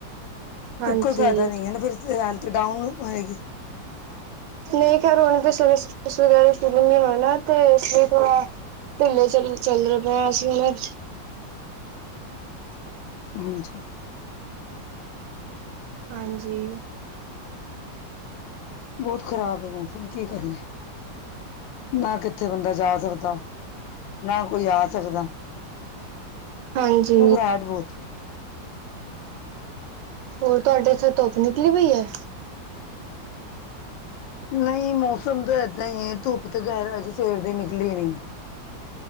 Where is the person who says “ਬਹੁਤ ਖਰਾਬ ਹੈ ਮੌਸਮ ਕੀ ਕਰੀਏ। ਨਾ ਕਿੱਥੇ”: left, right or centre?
Left